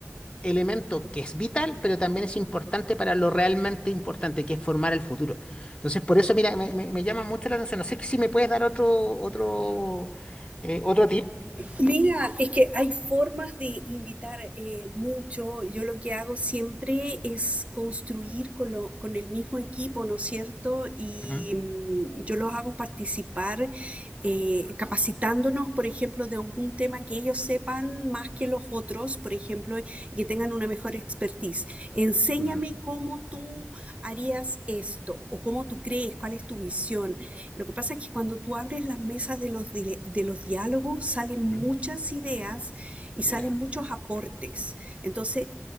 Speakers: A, on the left; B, on the right.
A: elemento que es vital, pero también es importante para lo realmente importante, que es formar el futuro. Entonces, por eso, mira, me, me- me llama mucho la atención. No sé si me puedes dar otro, otro, eh, otro tip.
B: Mira, es que hay formas de invitar eh, mucho. Yo lo que hago siempre es construir con, lo- con el mismo equipo, ¿no es cierto? Y
A: Ujú,
B: mm, yo los hago participar eh, capacitándonos, por ejemplo, de algún tema que ellos sepan más que los los otros, por ejemplo, y que tengan una mejor expertise. Enséñame
A: ujú,
B: cómo tú harías esto o cómo tú crees, cuál es tu visión. Lo que pasa es que cuando tú abres las mesas de los, di- de los diálogos salen muchas
A: Ujú.
B: ideas y salen
A: Mira.
B: muchos aportes. Entonces,